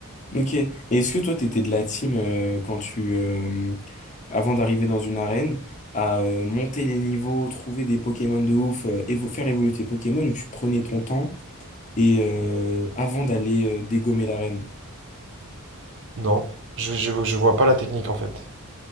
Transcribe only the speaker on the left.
Ok. Et est-ce que toi, t'étais de la team euh, quand tu, euh, avant d'arriver dans une arène, à euh, monter les niveaux, trouver des Pokémon de ouf, euh, évo- faire évoluer tes Pokémon, où tu prenais ton temps et euh, avant d'aller euh, dégommer l'arène?